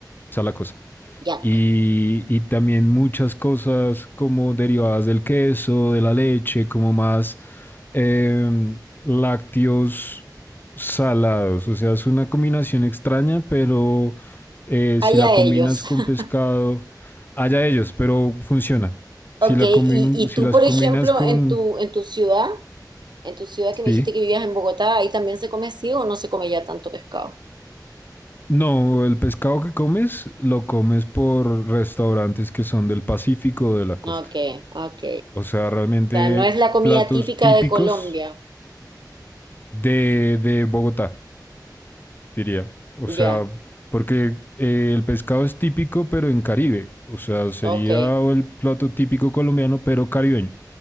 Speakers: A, on the left (about 25°); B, on the right (about 80°).
A: Esa es la cosa.
B: Yak.
A: Y, y también muchas cosas como derivadas del queso, de la leche, como más em, lácteos salados. O sea, es una combinación extraña, pero eh,
B: Allá
A: si la combinas
B: ellos.
A: con
B: <laughs>
A: pescado, allá ellos, pero funciona.
B: Ok,
A: Si la
B: y,
A: combin-
B: y
A: si
B: tú,
A: las
B: por
A: combinas
B: ejemplo,
A: con...
B: en tu, en tu ciudad. En tu ciudad que me
A: Sí.
B: dijiste que vivías en Bogotá, ¿ahí también se come así o no se come ya tanto pescado?
A: No, el pescado que comes lo comes por restaurantes que son del Pacífico o de la costa.
B: Ok, ok.
A: O sea, realmente
B: O sea, no es la comida
A: platos
B: típica
A: típicos
B: de Colombia.
A: de, de Bogotá, diría. O
B: Ya,
A: sea, porque eh, el pescado es típico, pero en Caribe. O sea, sería
B: ok.
A: el plato típico colombiano, pero caribeño.